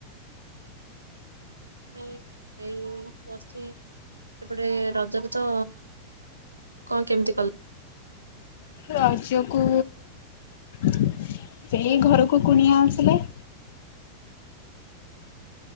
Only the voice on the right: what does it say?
ଏ ଏଇ ବସିଚି। ସେପଟେ ରଜକୁ ତ କଣ କେମିତି କଲ?